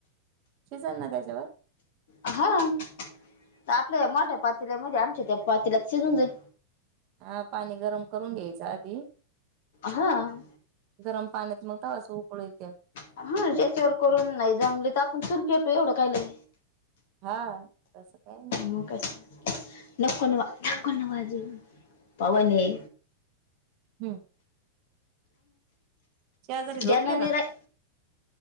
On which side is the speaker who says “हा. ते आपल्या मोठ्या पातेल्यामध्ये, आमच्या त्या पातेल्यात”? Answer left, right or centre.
Left